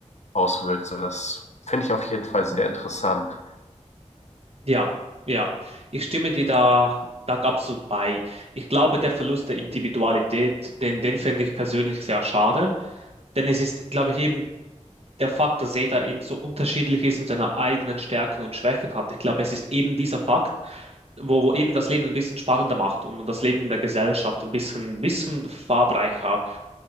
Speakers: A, on the left; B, on the right.
A: auswirkt. So, das finde ich auf jeden Fall sehr interessant.
B: Ja, ja, ich stimme dir da, da absolut bei. Ich glaube, der Verlust der Individualität, den, den fände ich persönlich sehr schade, denn es ist, glaube ich, eben der Fakt, dass jeder eben so unterschiedlich ist und seine eigenen Stärken und Schwächen hat. Ich glaube, es ist eben dieser Fakt, wo, wo eben das Leben ein bisschen spannender macht und, und das Leben in der Gesellschaft ein bisschen, bisschen farbreicher